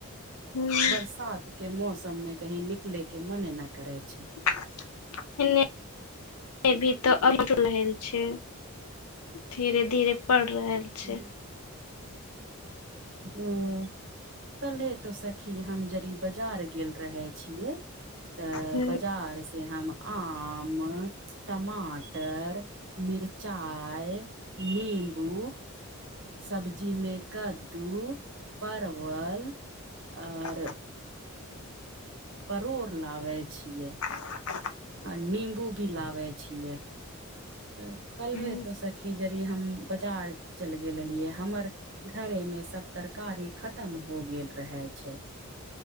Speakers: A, on the left (about 80°); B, on the right (about 55°).
A: हूं
B: बरसात के मौसम मे की निकले के मने न करे छै
A: <unintelligible> छ धीरे धीरे पड़ रहल छै
B: हूँ ह कलहे तो सखी हम जदि बाजार गेल रहे छियै तऽ
A: हूं
B: बजार से हम आम टमाटर मिरचाइ नीम्बू सब्जीमे कद टू परवल आर
A: आ
B: परोड़ लाबे छियै
A: <inaudible>
B: आ नम्बू भी लाबे छियै तऽ कल्हे
A: हूं
B: तो सखी जरी हम बाजार चल गेलियै हमर घरे मे सब तरकारी खतम हो गेल रहै छै